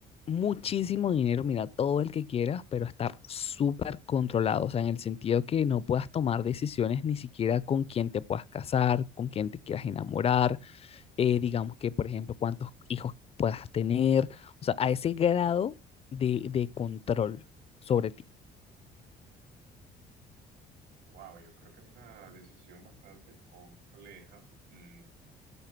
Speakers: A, on the left; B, on the right.
A: muchísimo dinero, mira, todo el que quieras, pero estar súper controlado, o sea, en el sentido que no puedas tomar decisiones ni siquiera con quién te puedas casar, con quién te quieras enamorar, eh, digamos que, por ejemplo, cuántos hijos puedas tener, o sea, a ese grado de, de control sobre ti.
B: Wow, yo creo que es una decisión bastante compleja. Mm,